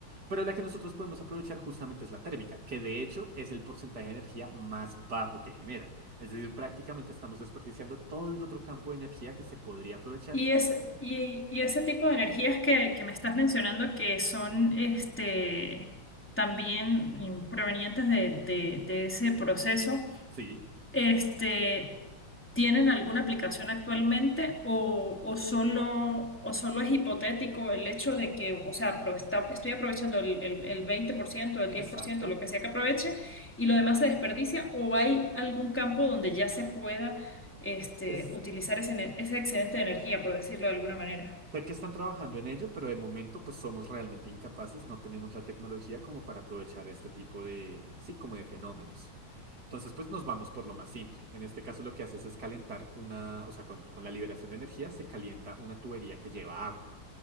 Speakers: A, on the right (about 50°); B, in the centre.
A: Pero la que nosotros podemos aprovechar justamente es la térmica, que de hecho es el porcentaje de energía más bajo que genera. Es decir, prácticamente estamos desperdiciando todo el otro campo de energía que se podría aprovechar.
B: Y ese, y, y ese tipo de energías que, que me estás mencionando que son este, también mm, provenientes de, de, de ese proceso,
A: Sí.
B: este, ¿Tienen alguna aplicación actualmente o, o solo, o solo es hipotético el hecho de que, o sea, apro- está- estoy aprovechando el, el, el 20% el diez
A: Exacto.
B: por ciento lo que sea que aproveche, y lo demás se desperdicia? ¿O hay algún campo donde ya se pueda este,
A: Pues
B: utilizar ese, ene- ese excedente de energía, por decirlo de alguna manera?
A: sé que están trabajando en ello, pero de momento pues somos realmente incapaces, no tenemos la tecnología como para aprovechar este tipo de, sí, como de fenómenos. Entonces pues nos vamos por lo más simple. En este caso lo que haces es calentar una, o sea, con, con la liberación de energía se calienta una tubería que lleva agua.